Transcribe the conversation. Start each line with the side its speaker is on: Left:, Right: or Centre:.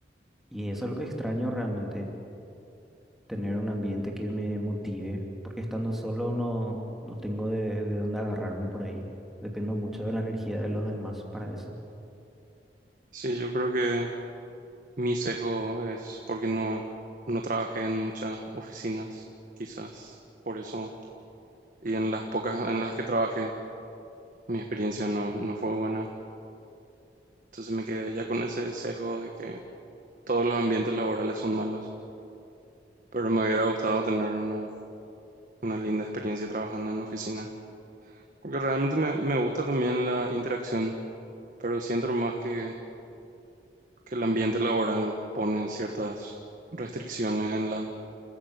Centre: Y eso es lo que extraño realmente, tener un ambiente que me motive, porque estando solo no, no tengo de, de dónde agarrarme por ahí. Dependo mucho de la energía de los demás para eso.
Right: Sí, yo creo que mi sesgo es porque no, no trabajé en muchas oficinas, quizás por eso. Y en las pocas en las que trabajé, mi experiencia no, no fue buena. Entonces me quedé ya con ese sesgo de que todos los ambientes laborales son malos. Pero me hubiera gustado tener una, una linda experiencia trabajando en la oficina. Porque realmente me, me gusta también la interacción, pero siento más que, que el ambiente laboral pone ciertas restricciones en la